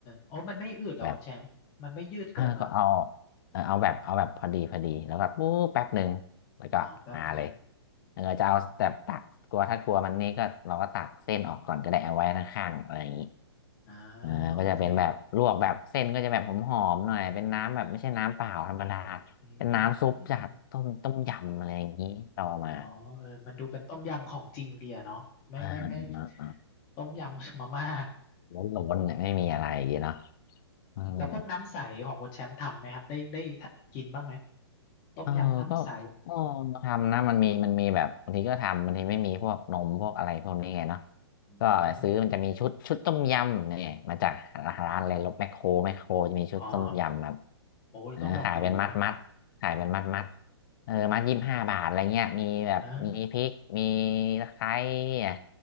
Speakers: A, on the left (about 30°); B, on the left (about 50°).
A: โอ้มันไม่อืดเหรอคุณแชมป์มันไม่ยืดเกินเหรอ
B: แบบ เออก็เอาเออเอาแบบเอาแบบพอดีพอดีแล้วก็ปุ๊บแป๊บหนึ่งแล้วก็มาเลย
A: เนาะแป๊บหนึ่ง
B: เออจะเอาแต่ตักกลัวถ้ากลัวมันนี่ก็เราก็ตักเส้นออกก่อนก็ได้เอาไว้ข้างๆอะไรอย่างนี้
A: อมอ่า
B: เออก็จะเป็นแบบลวกแบบเส้นก็จะแบบหอมๆหน่อยเป็นน้ำแบบไม่ใช่น้ำเปล่าธรรมดา
A: โอเคอื
B: เป็นน้ำซุปจากต้มต้มยำอะไรอย่างนี้เราเอามา
A: มอ๋อเออมันดูเป็นต้มยำของจริงเดียเนาะไม่ไม่ไม่
B: อ่า
A: ต้มยำมาม่า
B: ล้นๆเนี่ยไม่มีอะไรอย่างงี้เนาะอืม
A: แล้วพวกน้ำใสของคุณแชมป์ทำไหมครับได้ได้กินบ้างไหมต้มยำน้ำใส
B: เออก็เออทำนะมันมีมันมีแบบบางทีก็ทำบางทีไม่มีพวกนมพวกอะไรพวกนี้ไงเนาะ
A: อื
B: ก็ซื้อมันจะมีชุดชุดต้มยำเนี่ยมาจาก
A: ม
B: ร้านอะไรลบแมคโครแมคโครจะมีชุดต้มยำแบบ
A: อ๋อโอ้ต้องลองไปดูบ้าง
B: เออขายเป็นมัดมัดขายเป็นมัดมัดเออมัดยี่สิบห้าบาทอะไรเงี้ยมีแบบมีพริกมี
A: อ่า
B: ตะไคร้เนี่ย